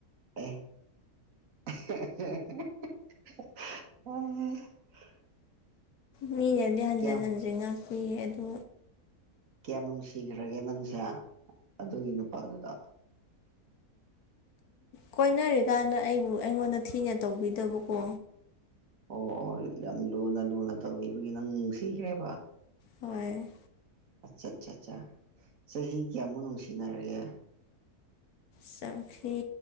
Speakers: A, on the right (about 60°); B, on the left (about 75°).
A: ꯑꯦ <unintelligible>
B: ꯃꯤꯅꯗꯤ ꯍꯟꯖꯤꯟ
A: ꯀꯌꯥꯝ
B: ꯍꯟꯖꯤꯟ ꯉꯥꯛꯄꯤꯌꯦ ꯑꯗꯨ
A: ꯀꯌꯥꯝ ꯅꯨꯡꯁꯤꯒ꯭ꯔꯒꯦ ꯅꯪꯁꯦ ꯑꯗꯨꯒꯤ ꯅꯨꯄꯥꯗꯨꯗ
B: ꯀꯣꯏꯅꯔꯤꯀꯥꯟꯗ ꯑꯩꯕꯨ ꯑꯩꯉꯣꯟꯗ ꯊꯤꯅ ꯇꯧꯕꯤꯗꯕꯀꯣ
A: ꯑꯣ ꯑꯣ ꯌꯥꯝ ꯂꯨꯅ ꯂꯨꯅ ꯇꯧꯕꯤꯕꯒꯤ ꯅꯪ ꯅꯨꯡꯁꯤꯈ꯭ꯔꯦꯕ
B: ꯍꯣꯏ
A: ꯑꯆꯠꯆꯥꯆꯥ ꯆꯍꯤ ꯀꯌꯥꯃꯨꯛ ꯅꯨꯡꯁꯤꯅꯔꯑꯦ
B: ꯆꯥꯍꯤ